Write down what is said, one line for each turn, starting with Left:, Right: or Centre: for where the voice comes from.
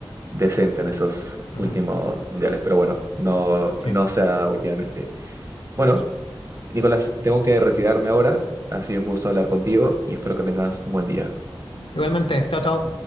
Right: decente en esos
Left: Ujú,
Right: últimos mundiales. Pero bueno, no,
Left: Sí,
Right: no sea últimamente. Bueno,
Left: eso.
Right: Nicolás, tengo que retirarme ahora. Ha sido un gusto hablar contigo y espero que tengas un buen día.
Left: Igualmente, chao, chao.